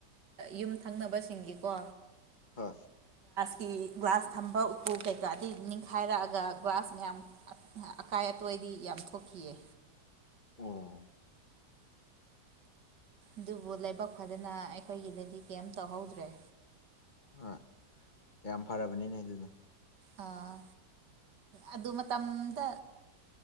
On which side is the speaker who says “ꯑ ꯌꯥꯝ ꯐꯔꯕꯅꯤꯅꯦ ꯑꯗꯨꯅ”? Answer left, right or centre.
Left